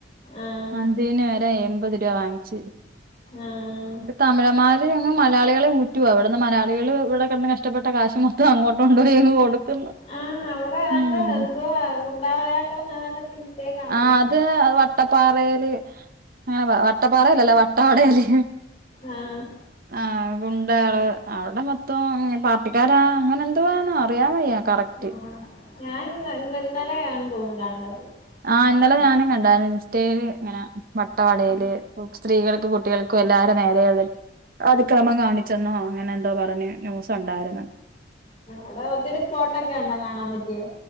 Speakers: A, on the left; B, on the right.
A: ആഹ്
B: അതിന് വരെ എൺമ്പത് രൂപ വാങ്ങിിച്ചു
A: ആഹ്
B: തമിഴമാര് അ മലയാളികളെ ഊറ്റുവാ ഇവിടുന്ന് മലയാളികൾ ഇവിടെ കി കഷ്ടപ്പെട്ട കാശ മൊത്തം അങ്ങോട്ട്ണ്ടപ പോയ കൊടുക്കുന്നു
A: ആഹ് അവിടെ ഏതാണ്ട്
B: ഉം
A: എന്തുവാ ഗുണ്ടാാവളയാട്ടോന്ന താണ്ട് പിത്തേക്ക് കണക്കുന്നണ്ട
B: ആ അത് വട്ടപ്പാറേല് അങ്ങനെ പറ വട്ടപ്പാറല്ലല്ലോ വട്ട വടയല്ലേ?
A: ആഹ്
B: ആ ഗുണ്ടാള് അവടെ മൊത്തം പാർട്ടിക്കാരാ അങ്ങനെ എന്തോ ആണ് അറിയാ വയ്യ കറക്റ്റ്.
A: ആഹ് ഞാൻ ഇന്ന് ഇന്ന് ഇന്നലെയാണ് തോന്നുന്നു കണ്ടത്
B: ആഹ് ഇന്നലെ
A: പിന്നെ
B: ഞാനും കണ്ടാരുന്നു ഇൻസ്റ്റേയ്ല് ഇങ്ങനെ വട്ട വടയില്
A: ഉം
B: സ്ത്രീകൾ കുട്ട്യാൾക്കും എല്ലാരെ നേരേയത് അതിക്രമം കാണിച്ചെന്നോ അങ്ങനെ എന്തോ പറഞ്ഞ് ന്യൂസുണ്ടാര്ന്നു.
A: അവടെ ഒത്തിരി സ്പോട്ടൊക്കെ ഉണ്ടോ കാണാൻ പറ്റിയേ?